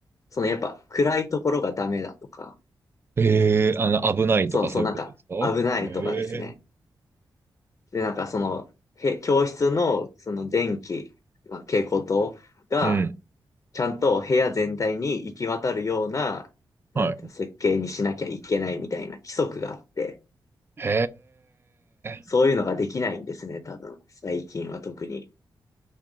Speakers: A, on the left (about 45°); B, on the right (about 30°).
A: そのやっぱ暗いところがダメだとか、
B: ええあの、危ないとかそういうことですかええ
A: そう、そうなんか危ないとかですね。で、なんかその、へ教室のその電気、まあ、蛍光灯が
B: うん。
A: ちゃんと部屋全体に行き渡るような、なんていうの設計にしなきゃいけないみたいな規則があって、
B: はい。へ
A: そういうのができないんですね、
B: え。
A: 多分。最近は特に。